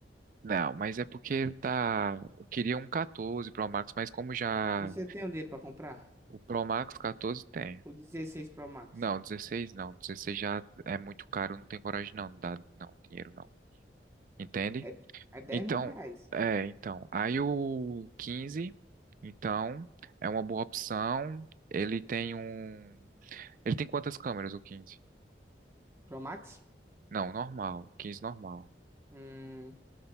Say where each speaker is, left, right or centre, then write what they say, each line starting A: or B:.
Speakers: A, on the right (about 50°); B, on the right (about 15°).
A: Não, mas é porque ele tá. Eu queria um 14 Pro Max, mas como já.
B: Você tem o dinheiro pra comprar?
A: O Pro Max 14 tem.
B: O 16 Pro Max.
A: Não, 16 não. 16 já é muito caro, não tem coragem não. Dá, não, dinheiro não. Entende?
B: É, é 10
A: Então,
B: mil reais.
A: é, então. Aí o 15, então, é uma boa opção. Ele tem um. Ele tem quantas câmeras, o 15?
B: Pro Max?
A: Não, normal. 15 normal.
B: Hum,